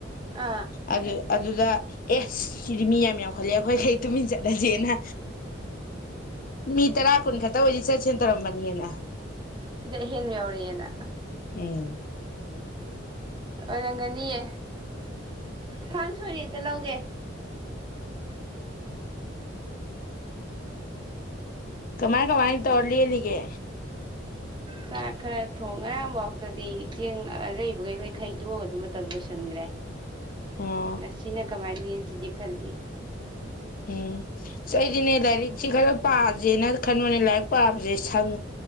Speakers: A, on the right; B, on the left.
A: ꯑꯥ
B: ꯑꯗꯨ ꯑꯗꯨꯗ ꯑꯦꯁ ꯁꯤꯗꯤ ꯃꯤ ꯌꯥꯝ ꯌꯥꯝꯈꯠꯂꯦ ꯑꯩꯈꯣꯏ ꯂꯩ ꯇꯨꯃꯤꯟ ꯆꯠ ꯗꯗꯤꯅ ꯃꯤ ꯇꯔꯥ ꯀꯨꯟ ꯈꯛꯇ ꯑꯣꯏꯗꯤ ꯆꯠ ꯁꯦꯟ ꯇꯧꯔꯝꯕꯅꯤꯅ
A: ꯁꯤꯗꯤ ꯑꯍꯦꯟ ꯌꯥꯎꯔꯛꯑꯦꯅ
B: ꯎꯝ
A: ꯑꯣꯏꯔꯝꯒꯅꯤꯌꯦ ꯊꯥꯡ ꯁꯣꯏꯔꯦ ꯑꯝꯛꯇ ꯂꯧꯒꯦ
B: ꯀꯃꯥꯏ ꯀꯃꯥꯏ ꯇꯣꯔꯂꯤ ꯌꯦꯅꯤꯒ
A: ꯆꯥꯛ ꯈꯔ ꯊꯣꯡ ꯉꯔꯥꯡꯐꯥꯎꯗꯗꯤ ꯆꯦꯡ ꯑꯔꯩꯕꯈꯩ ꯂꯣꯏ ꯈꯩꯗꯣꯛꯑꯒ ꯑꯗꯨꯝ ꯃꯇꯝ ꯂꯣꯏꯁꯤꯟꯈ꯭ꯔꯦ
B: ꯑꯣ
A: ꯅꯁꯤꯅ ꯀꯃꯥꯏ ꯗꯤ ꯈꯜ
B: ꯎꯝ ꯁꯤ ꯑꯩꯗꯤꯅꯦ ꯂꯥꯏꯔꯤꯛꯁꯦ ꯈꯔ ꯄꯥꯁꯦꯅ ꯈꯟꯕꯅꯦ ꯂꯥꯏꯔꯤꯛ ꯄꯥꯕꯁꯦ ꯁꯪ